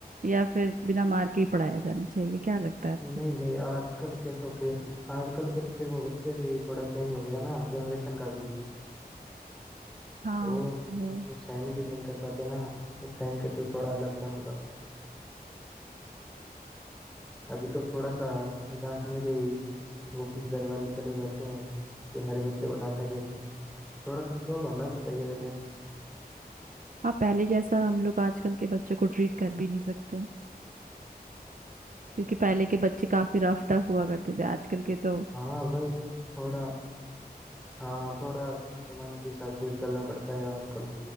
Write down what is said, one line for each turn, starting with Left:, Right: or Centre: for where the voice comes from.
Right: या फिर बिना मार के ही पढ़ाया जाना चाहिए क्या लगता है आपको
Centre: नहीं नहीं आजकल के तो फिर आजकल के तो फिर वो बच्चे भी थोड़ा चेंज हो गया ना जनरेशन का भी
Right: हाँ
Centre: तो
Right: वो-
Centre: वो सहन भी नहीं कर पाते ना उस टाइम के तो थोड़ा अलग था मतलब अभी तो थोड़ा सा डांटने पे ही वो घर वाले चले जाते हैं कि हमारे बच्चे को डांटा कैसे थोड़ा कंट्रोल होना भी चाहिए वैसे
Right: हाँ पहले जैसा हम लोग आजकल के बच्चों को ट्रीट कर भी नहीं सकते क्योंकि पहले के बच्चे काफी रफ टफ हुआ करते थे आजकल के तो
Centre: हाँ भाई थोड़ा हाँ थोड़ा जमाने के हिसाब से भी चलना पड़ता है आजकल